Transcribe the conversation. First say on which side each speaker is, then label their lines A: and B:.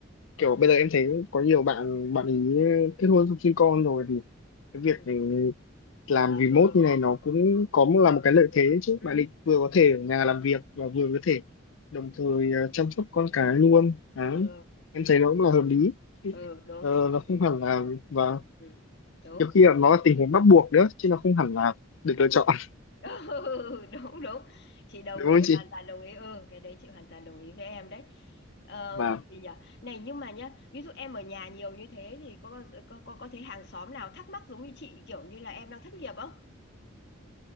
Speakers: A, on the left; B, on the left.
A: kiểu bây giờ em thấy có nhiều bạn bạn ý kết hôn xong sinh con rồi thì cái việc
B: Ừ.
A: ừ, làm
B: À,
A: remote
B: ừ,
A: như này nó cũng có một-
B: ừ,
A: là một cái lợi thế đấy chứ
B: ừ,
A: bạn định vừa có thể ở nhà làm việc và vừa có thể đồng thời ờ, chăm sóc con cái luôn đấy
B: ừ,
A: em thấy nó cũng là hợp lý
B: ừ, đúng
A: Ờ,
B: đúng
A: nó không hẳn là và
B: ừ. đúng
A: nhiều khi là nó là tình huống bắt buộc nữa chứ nó không hẳn là được lựa chọn <laughs>
B: <laughs> ừ, đúng đúng chị đồng
A: đúng
B: ý
A: không chị
B: hoàn toàn đồng ý ừ cái đấy chị hoàn toàn đồng ý với em đấy um,
A: và
B: gì nhỉ này nhưng mà nhá ví dụ em ở nhà nhiều như thế thì có bao giờ, có, có có thấy hàng xóm nào thắc mắc giống như chị kiểu như là em đang thất nghiệp không